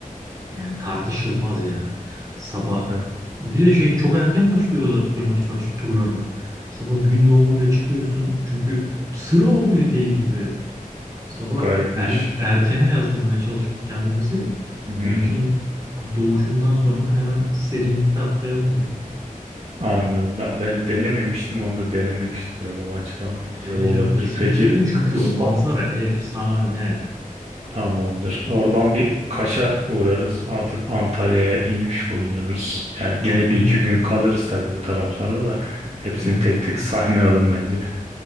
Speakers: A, on the right; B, on the right.
A: Yani tartışılmaz ya. Sabah.
B: Evet.
A: Bir de şey çok erken başlıyor yamaç paraşüt turları. Sabah gün doğumuyla çıkıyorsun. Çünkü sıra oluyor deli gibi. Sabah
B: Garipmiş.
A: er- erkene yazdırmaya çalışmış kendimizi.
B: Hı hı.
A: Güneşin doğuşundan sonra hemen serinlikte atlayalım ya.
B: Anladım. Ben, ben denememiştim onu da denemek istiyorum o açıdan. Güzel
A: Dene
B: olabilir.
A: canım kesinlikle
B: Peki
A: dene. Çünkü
B: kız-
A: o manzara
B: o,
A: efsane.
B: tamamdır. Oradan bir Kaş'a uğrarız. Artık Antalya'ya inmiş bulunuruz. Yani
A: Aynen
B: gene bir iki
A: öyle.
B: gün
A: Fe-
B: kalırız tabii o taraflarda da. Hepsini
A: Tabii canım,
B: tek
A: Fe-
B: tek <laughs> saymayalım bence.